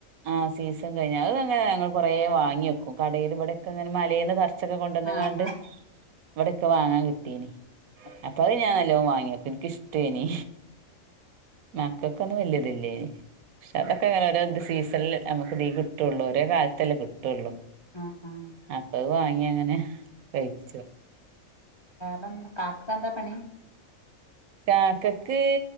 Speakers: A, on the right; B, on the left.
A: ആഹ് സീസൺ കഴിഞ്ഞ് അത് അങ്ങനെ ഞങ്ങളും കൊറേ വാങ്ങി വെക്കും കടേല് ഇവിടെക്കെ ഇങ്ങനെ മലേന്ന് പർച്ചൊക്കെ കൊണ്ടന്ന്ങ്ങാണ്ട്.
B: ആ ആ
A: ഇവിടെക്കെ വാങ്ങാൻ കിട്ടീനി
B: ആ
A: അപ്പൊ അത് ഞാൻ നല്ലോ വാങ്ങിവെക്കും എനിക്കിഷ് ടേനി മക്കൾക്കൊന്നും വല്ല്യതില്ലേനി പക്ഷെ അതൊക്കെ അങ്ങനെ ഓരോ ഇത് സീസണ്ല് നമുക്ക് ഇതേ കിട്ടുള്ളൂ ഒരേ കാലത്തല്ലേ കിട്ടുള്ളൂ.
B: ആ ആ
A: അപ്പൊവാങ്ങിയ അങ്ങനെ കയിച്ചു
B: മമ് കാക്കക്ക് എന്താ പണി
A: കാക്കക്ക്